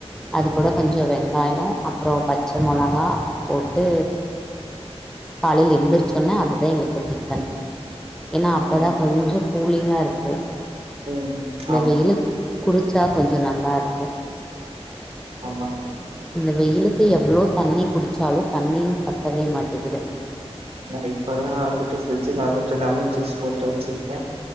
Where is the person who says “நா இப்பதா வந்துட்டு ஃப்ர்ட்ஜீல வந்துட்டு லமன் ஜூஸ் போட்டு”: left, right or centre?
Right